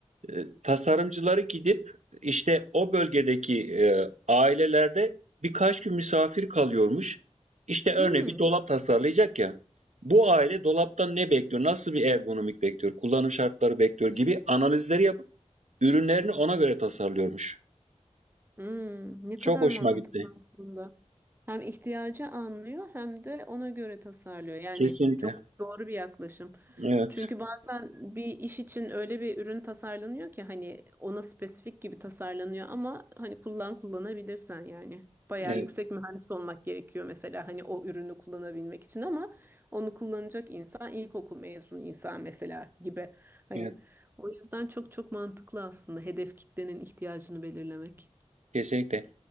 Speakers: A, on the right; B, on the right.
A: e, tasarımcıları gidip işte o bölgedeki e, ailelerde birkaç gün misafir kalıyormuş. İşte örneğin
B: Hmm.
A: bir dolap tasarlayacak ya. Bu aile dolaptan ne bekliyor, nasıl bir ergonomik bekliyor, kullanım şartları bekliyor gibi analizleri yapıp ürünlerini ona göre tasarlıyormuş.
B: Hmm, ne
A: Çok
B: kadar
A: hoşuma
B: mantıklı
A: gitti.
B: aslında. Hem ihtiyacı anlıyor hem de ona göre tasarlıyor. Yani
A: Kesinlikle.
B: çok doğru bir yaklaşım.
A: Evet.
B: Çünkü bazen bir iş için öyle bir ürün tasarlanıyor ki hani ona spesifik gibi tasarlanıyor ama hani kullan kullanabilirsen yani. Bayağı
A: Evet.
B: yüksek mühendis olmak gerekiyor mesela hani o ürünü kullanabilmek için ama onu kullanacak insan ilkokul mezunu insan mesela gibi. Hani
A: Evet.
B: o yüzden çok çok mantıklı aslında hedef kitlenin ihtiyacını belirlemek.
A: Kesinlikle.